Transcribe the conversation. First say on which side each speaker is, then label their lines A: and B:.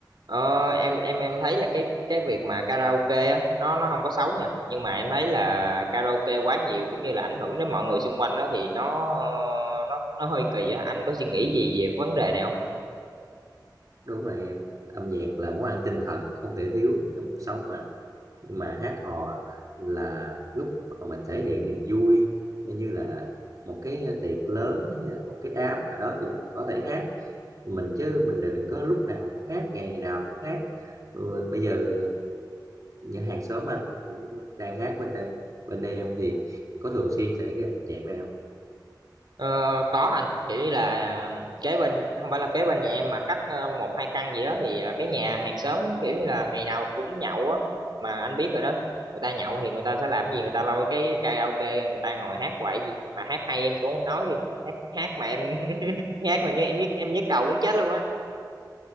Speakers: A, on the right (about 70°); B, on the right (about 50°).
A: Ờ, em em em thấy là cái cái việc mà karaoke á nó nó không có xấu nha nhưng mà em thấy là karaoke quá nhiều cũng như là ảnh hưởng đến mọi người xung quanh đó thì nó ờ, nó nó hơi kỳ á anh có suy nghĩ gì về cái vấn đề này không
B: đúng rồi em âm nhạc là món ăn tinh thần không thể thiếu trong cuộc sống mà nhưng mà hát hò là lúc mà mình thể hiện niềm vui như là một cái tiệc lớn hay là một cái đám nào đó thì mình có thể hát mình chứ mình đừng có lúc nào cũng hát ngày nào cũng hát ừ, bây giờ nhà hàng xóm anh cũng đang hát bên đây bên đây em thì có thường xuyên xảy ra tình trạng này không
A: Ờ, có anh kiểu như là à, kế bên không phải là kế bên nhà em mà cách ờ, một hai căn gì đó thì ờ, cái nhà hàng xóm kiểu như là ngày nào cũng nhậu á mà anh biết rồi đó người ta nhậu thì người ta sẽ làm gì người ta lôi cái karaoke ra, người ta ngồi hát hoài gì mà hát hay em cũng không nói đi hát hát mà em <laughs> hát mà như em nhức em nhức đầu muốn chết luôn á